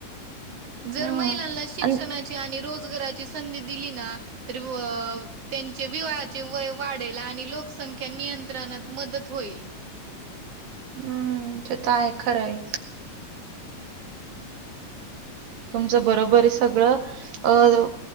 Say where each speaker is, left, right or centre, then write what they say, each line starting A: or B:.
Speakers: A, on the right; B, on the right.
A: जर
B: हम्म
A: महिलांना शिक्षणाची
B: आणि
A: आणि रोज जगाराची संधी दिली ना, तर त्यांचे विवाहाचे वय वाढेल आणि लोकसंख्या नियंत्रणात मदत होईल.
B: हम्म ते तर आहे खरंय. तुमचं बरोबर आहे सगळं अ